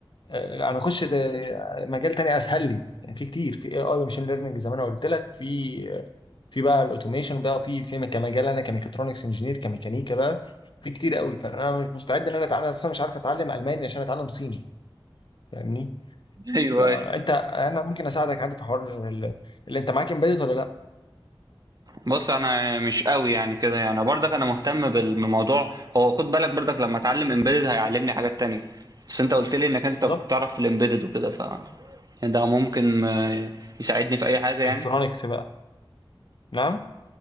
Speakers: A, on the left; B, on the right.
A: آه، انا اخش زي- مجال تاني اسهل لي يعني في كتير في اي اي وماشين ليرننج زي ما انا قلت لك في في بقى الاوتوميشن بقى في في كمجال انا كميكاترونكس انجينير كميكانيكا بقى في كتير قوي فانا مش مستعد ان انا اتعلم اصلا مش عارف اتعلم الماني عشان اتعلم صيني فاهمني
B: <laughs> ايوه
A: فانت انا ممكن اساعدك عادي في حوار ال- اللي انت معاك امبيدد ولا لا
B: بص انا مش قوي يعني كده يعني برضك انا مهتم بال- بالموضوع هو خد بالك برضك لما اتعلم امبيدد هيعلمني حاجات تانية بس انت قلت لي انك انت
A: بالظبط
B: كنت تعرف في الامبيدد وكده ف يعني ده ممكن آه، يساعدني في اي حاجة يعني
A: الكترونكس بقى نعم